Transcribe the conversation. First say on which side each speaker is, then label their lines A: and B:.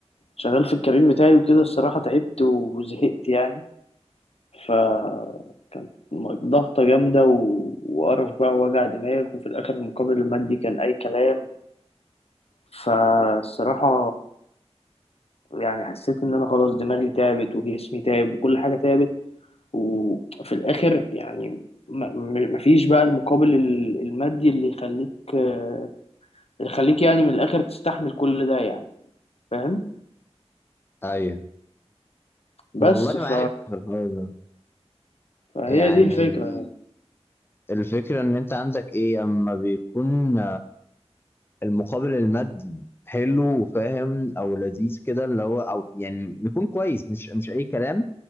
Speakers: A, on the left; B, on the left.
A: شغال في الكارير بتاعي وكده الصراحه تعبت وزهقت يعني ف كانت ضغطه جامده و... وقرف بقى ووجع دماغ وفي الاخر المقابل المادي كان اي كلام فالصراحه يعني حسيت ان انا خلاص دماغي تعبت وجسمي تعب وكل حاجه تعبت وفي الاخر يعني ما- م- مفيش بقى المقابل ال- المادي اللي يخليك آه، يخليك يعني من الاخر تستحمل كل ده يعني فاهم
B: ايوه والله
A: بس ف...
B: معاك في الحوار ده
A: فهي
B: يعني
A: دي الفكره
B: الفكرة ان انت عندك ايه اما بيكون المقابل المادي حلو وفاهم او لذيذ كده اللي هو او يعني بيكون كويس مش مش اي كلام